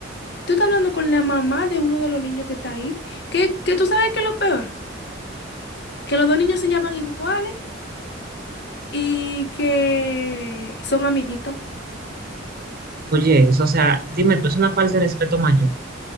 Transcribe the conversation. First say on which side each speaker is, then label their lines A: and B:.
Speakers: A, on the left (about 55°); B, on the right (about 50°).
A: tú estás hablando con la mamá de uno de los niños que está ahí, que, que tú sabes que es lo peor, que los dos niños se llaman iguales y que son amiguitos.
B: Oye, eso, o sea, dime tú, es una falta de respeto mayor.